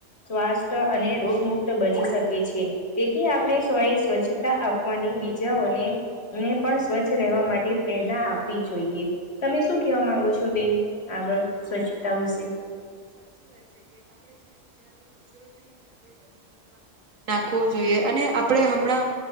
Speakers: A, on the left (about 55°); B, on the right (about 80°).
A: સ્વાસ્થ્ય અને રોગમુક્ત બની શકે છે. તેથી આપણે સ્વયે સ્વચ્છતા આપવાની બીજાઓને ને પણ સ્વચ્છ રહેવા માટે, પ્રેરણા આપવી જોઈએ તમે શ શું કેહવા માંગો છો, બેન આગળ સ્વચ્છતા વિશે
B: સાચી વાત છે, કે આપડે જે જ્યાં બી કચરો જોઈએ ને, આપડે ડસ્ટબિન નાખવો જોઈએ અને આપણે હમણાં